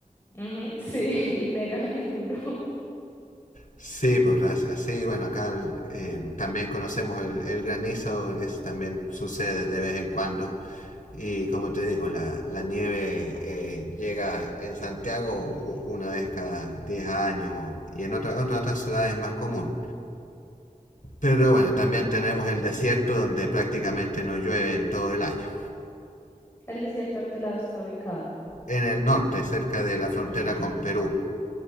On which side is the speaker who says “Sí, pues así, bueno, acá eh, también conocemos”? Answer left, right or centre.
Left